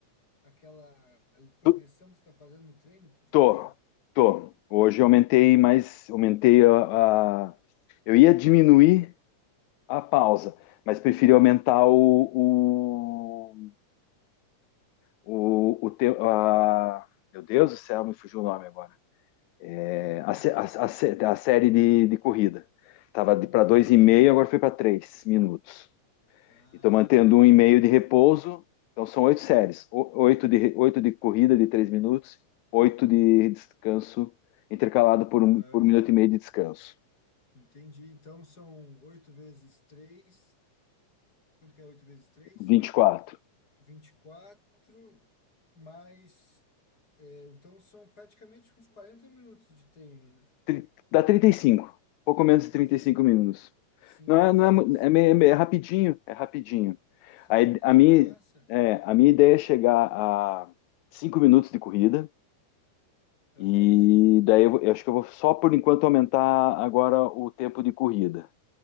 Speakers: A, on the left; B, on the left.
A: aquela progressão
B: Tu-
A: que você tá fazendo no treino de
B: Tô,
A: cardio?
B: tô. Hoje eu aumentei mais, aumentei a, a- Eu ia diminuir a pausa, mas preferi aumentar o, o, o, o te- a- Meu Deus do céu, me fugiu o nome agora.
A: O
B: É,
A: quê? <laughs>
B: a, sé- a, a sé- a série de, de corrida. Tava de
A: Entendi.
B: para dois e meio, agora foi para três minutos.
A: Ah,
B: E estou mantendo um e meio de repouso. Então são oito séries.
A: por...
B: O- Oito de, oito de corrida de três minutos, oito de descanso, intercalado por
A: Aham,
B: um, por um minuto e meio de descanso.
A: entendi. Então são oito vezes três. Quanto que é oito vezes três?
B: 24.
A: vinte e quatro mais. é, então são praticamente uns 40 minutos de treino, né?
B: Tri- Dá trinta e cinco Pouco menos de
A: trinta
B: trinta
A: e
B: e
A: cinco
B: cinco minutos.
A: né? Sim,
B: Não é, não
A: sim,
B: é, mu-
A: sim.
B: é, meio- é meio- é rapidinho, é rapidinho.
A: Sim,
B: Aí,
A: cara,
B: a minha,
A: é massa.
B: é, a minha ideia é chegar a 5 minutos de corrida.
A: Aham.
B: E daí eu, vou- eu acho que eu vou só por enquanto aumentar agora o tempo de corrida.